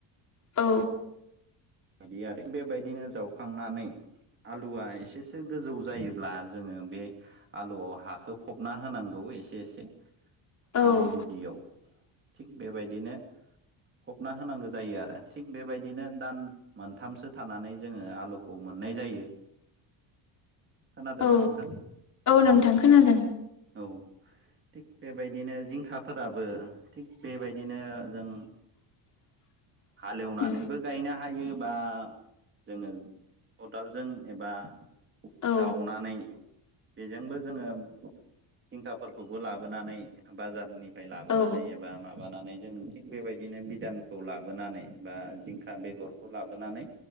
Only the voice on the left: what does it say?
औ
औ
औ
नोंथां
खोनादों
<unintelligible>
औ
औ
औ